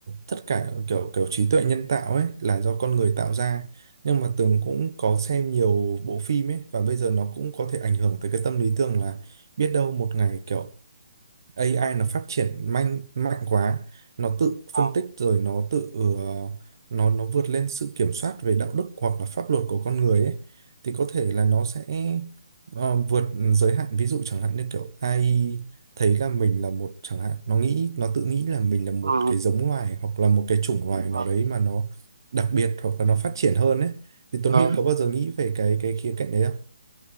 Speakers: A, on the right; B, on the right.
A: tất cả kiểu kiểu trí tuệ nhân tạo ấy là do con người tạo ra nhưng mà Tường cũng có xem nhiều bộ phim ấy và bây giờ nó cũng có thể ảnh hưởng tới cái tâm lý Tường là biết đâu một ngày kiểu AI nó phát triển mạnh mạnh quá nó tự
B: Ờ,
A: phân tích rồi nó tự ờ, nó nó vượt lên sự kiểm soát về đạo đức hoặc là pháp luật của con người ấy thì có thể là nó sẽ ờ, vượt giới hạn ví dụ chẳng hạn như kiểu AI thấy là mình là một chẳng hạn nó nghĩ nó tự nghĩ là mình là một
B: ờ,
A: cái giống loài hoặc là một cái chủng loài nào
B: ờ,
A: đấy mà nó đặc biệt hoặc là nó phát triển hơn ấy thì
B: ờ.
A: Tuấn Huy có bao giờ nghĩ về cái cái khía cạnh đấy không?